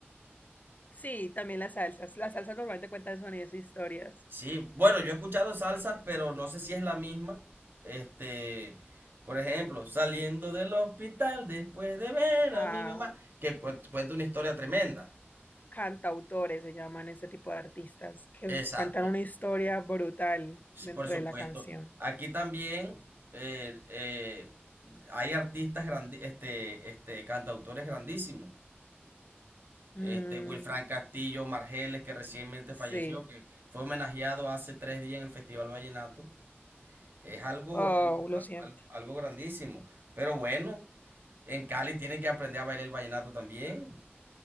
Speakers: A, on the left; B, on the right.
A: Sí, también las salsas. Las salsas normalmente cuentan sonidos e historias.
B: Sí, bueno, yo he escuchado salsas, pero no sé si es la misma. Este, por ejemplo, saliendo del hospital después de ver
A: Ah,
B: a mi mamá, que cu- cuenta una historia tremenda.
A: cantautores se llaman ese tipo de artistas que
B: Exacto,
A: s- cuentan una historia brutal
B: sí,
A: dentro
B: por supuesto.
A: de la canción.
B: Aquí también eh, eh, hay artistas grandi- este, este, cantautores grandísimos.
A: Mm,
B: Este, Wilfran Castillo Margeles, que recientemente
A: sí,
B: falleció, que fue homenajeado hace tres días en el Festival Vallenato. Es algo,
A: Oh,
B: algo,
A: lo
B: al-
A: siento.
B: al- algo grandísimo. Pero bueno, en Cali tienen que aprender a bailar el vallenato también.